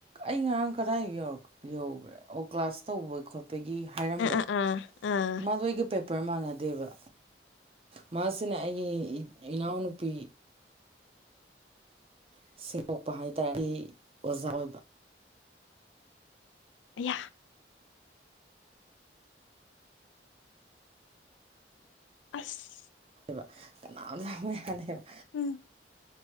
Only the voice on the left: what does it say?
ꯑꯥ ꯑꯥ ꯑꯥ ꯑꯥ
ꯑꯌꯥ꯫ ꯑꯁ꯫
ꯎꯝ